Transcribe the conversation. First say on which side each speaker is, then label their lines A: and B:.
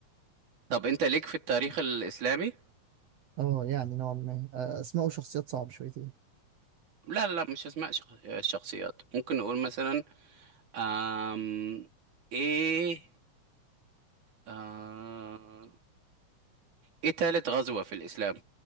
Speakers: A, on the right; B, on the right.
A: طب انت ليك في التاريخ الاسلامي
B: اه يعني نوعا ما آه، اسماء وشخصيات صعب شويتين
A: لا لا مش اسماء شخ- الشخصيات ممكن نقول مثلا آم... ايه آه... ايه تالت غزوة في الاسلام